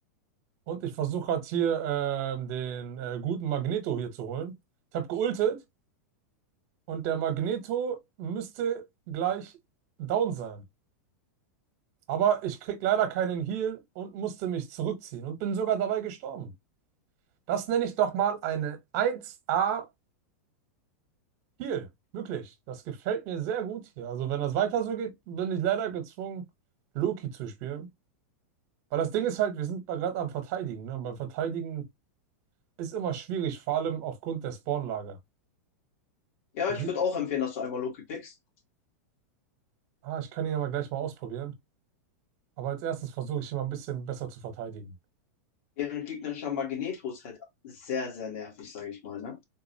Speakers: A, on the right; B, on the left.
A: Und ich versuche gerade hier ähm, den äh, guten Magneto hier zu holen. Ich habe geultet und der Magneto müsste gleich down sein. Aber ich krieg leider keinen Heal und musste mich zurückziehen und bin sogar dabei gestorben. Das nenne ich doch mal eine 1A Heal. Wirklich. Das gefällt mir sehr gut hier. Also wenn das weiter so geht, bin ich leider gezwungen, Loki zu spielen. Weil das Ding ist halt, wir sind gerade am Verteidigen. Ne? Und beim Verteidigen ist immer schwierig, vor allem aufgrund der Spawnlage.
B: Ja,
A: Wie,
B: ich würde auch empfehlen, dass du einmal Loki pickst.
A: Ah, ich kann ihn aber gleich mal ausprobieren. Aber als erstes versuche ich ihn mal ein bisschen besser zu verteidigen.
B: Deren gegnerischer Magneto ist halt sehr, sehr nervig, sage ich mal, ne?